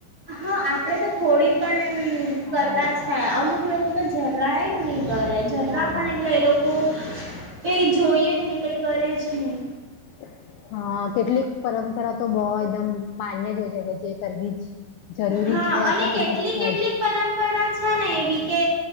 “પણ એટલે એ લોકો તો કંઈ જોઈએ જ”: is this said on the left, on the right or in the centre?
Right